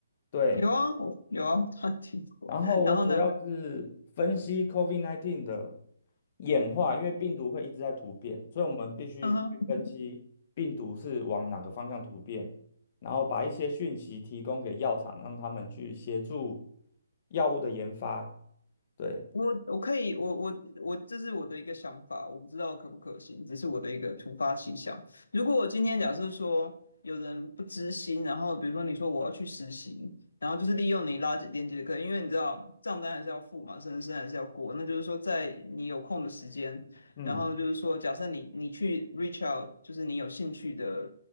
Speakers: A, on the left (about 45°); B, on the left (about 80°).
A: 对，
B: 有啊，有啊，他听过。
A: 然后我主要是分析
B: <laughs> 然后呢？
A: COVID-19 的演化，因为病毒会一直在突变，所以我们必须去分析病毒是往哪个方向突变，
B: 嗯哼。
A: 然后把一些讯息提供给药厂，让他们去协助药物的研发。对，
B: 我我可以，我我我，这是我的一个想法，我不知道可不可行，只是我的一个突发奇想。如果我今天假设说有人不知心，然后比如说你说我要去实习，然后就是利用你拉紧电的课，因为你知道账单还是要付嘛，生生还是要过，那就是说在你有空的时间，
A: 嗯
B: 然后就是说假设你你去 reach out，就是你有兴趣的